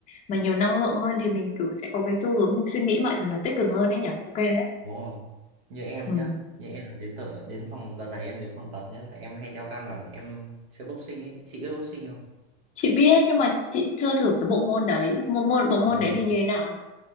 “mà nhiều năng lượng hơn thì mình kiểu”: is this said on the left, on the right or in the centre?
Left